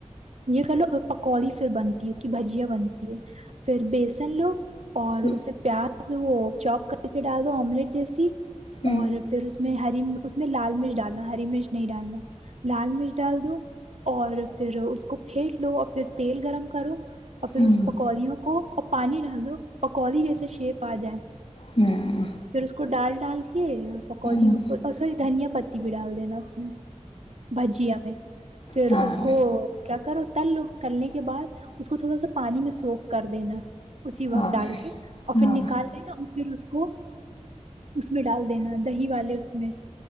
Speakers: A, on the right; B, on the left.
A: یہ کہ لو پکوڑی پھر بنتی ہے اس کی بھجیا بنتی ہے پھر بیسن لو اور
B: ہوں
A: اس میں پیاز وہ چوپ کر کے ڈال دو آملیٹ جیسی
B: ہوں
A: اور پھر اس میں اس میں ہری اس میں لال مرچ ڈالنا ہری مرچ نہیں ڈالنا لال مرچ ڈال دو اور پھر اس کو پھینٹ لو اور پھر تیل گرم کرو اور پھر
B: ہوں
A: اس پکودیوں کو اور پانی ڈال دو پکودی جیسے شیپ آ جائے
B: ہوں
A: پھر اس کو ڈال ڈال کے پکوڑیوں
B: ہوں
A: کو اور سوری دھنیا پتی بھی ڈال دینا اس میں بھجیا میں پھر
B: ہاں
A: اس کو کیا کرو تلو تلنے کے بعد اس کو تھوڑا سا پانی میں سوخ کر دینا اسی وقت
B: ہاں
A: ڈال کے اور
B: ہاں
A: پھر نکال ل نا پھر اس کو اس میں ڈال دینا دہی والے اس میں